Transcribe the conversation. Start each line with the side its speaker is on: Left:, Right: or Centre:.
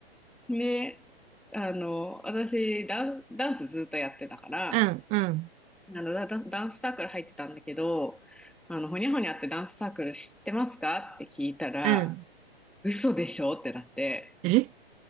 Centre: で、あの、私ダン、ダンスずっとやってたから、
Right: うん、
Centre: あ
Right: うん、
Centre: の、ダ、ダダンスサークル入ってたんだけど、あの、ほにゃほにゃってダンスサークル知ってますかって聞いたら、
Right: うん。
Centre: 嘘でしょってなって、
Right: え、